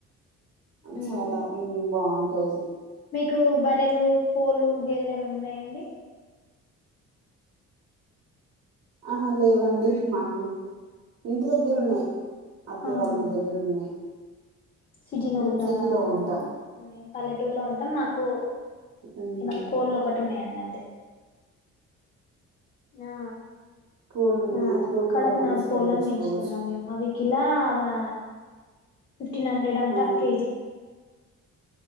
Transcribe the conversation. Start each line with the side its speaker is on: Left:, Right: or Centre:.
Left: ఉమ్
Right: చాలా ఉమ్ బాగుంటాది
Left: కు బరెలు కోళ్లు గేదెలు ఏమన్నా ఉన్నాయాండి
Right: అ లేవండి
Left: ఉహు
Right: మాకు ఇంటి దగ్గర ఉన్నాయి అత్తయ
Left: ఆహా
Right: వాళ్లంటిదగ్గర ఉన్నాయి
Left: సిటీలో
Right: మేము
Left: ఉంటారా
Right: సిటీలో
Left: అమ్
Right: ఉంటాం
Left: పల్లెటూరులో అంటాం మాకు
Right: మ్మ్
Left: ఏందంటే కోళ్ళు ఒకటి ఉన్నాయండి అంతే ఆ
Right: కోళ్ళు ఉన్నాయా
Left: ఆ
Right: కోళ్ళు
Left: కడకి
Right: కూడా మంచిగా
Left: నాది కోళ్ళని
Right: పెంచుకోవచ్చు
Left: పెంచుతున్నాము అవికిలా మా ఉ ఫిఫ్టీన్ హండ్రెడ్ అంట
Right: ఆ
Left: కేజీ